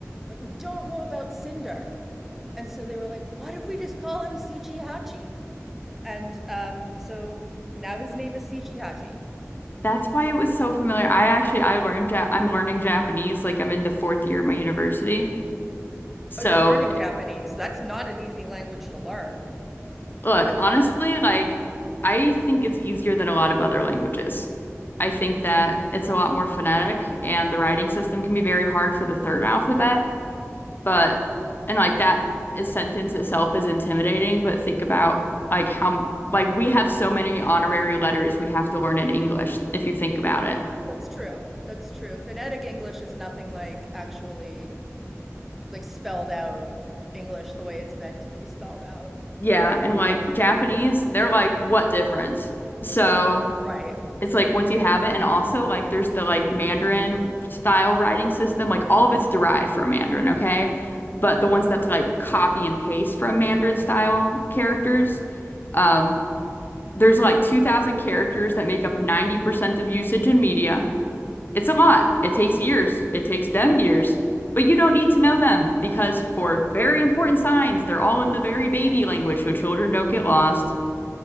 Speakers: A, in the centre; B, on the left (about 40°).
A: but we don't know about Cinder. And so they were like, what if we just call him Sichi Hachi? And um, so now his name is Sichi Hachi.
B: That's why it was so familiar. I actually I learned Ja- I'm learning Japanese. Like I'm in the fourth year of my university. So
A: Oh, you're learning Japanese. That's not an easy language to learn.
B: Look, honestly, like I think it's easier than a lot of other languages. I think that it's a lot more phonetic and the writing system can be very hard for the third alphabet, but and like that is sentence itself is intimidating, but think about like how like we have so many honorary letters we have to learn in English if you think about it.
A: That's true. That's true. Phonetic English is nothing like actually like spelled out English the way it's meant to be spelled out.
B: Yeah, and like Japanese, they're like what difference? So
A: Right.
B: it's like once you have it, and also like there's the like Mandarin style writing system, like all of it's derived from Mandarin, okay? But the ones that's like copy and paste from Mandarin style characters, um, there's like 2,000 characters that make up 90% of usage in media. It's a lot. It takes years. It takes them years. But you don't need to know them because for very important signs, they're all in the very baby language so children don't get lost.